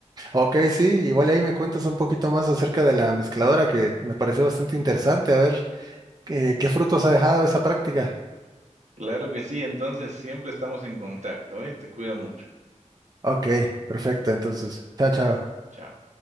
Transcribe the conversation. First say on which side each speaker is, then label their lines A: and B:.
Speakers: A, on the right; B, on the right.
A: Ok, sí, igual ahí me cuentas un poquito más acerca de la mezcladora que me pareció bastante interesante. A ver, eh, qué frutos ha dejado esa práctica.
B: Claro que sí. Entonces siempre estamos en contacto, ¿eh? Te cuidas mucho.
A: Ok, perfecto. Entonces, chao, chao.
B: Chao.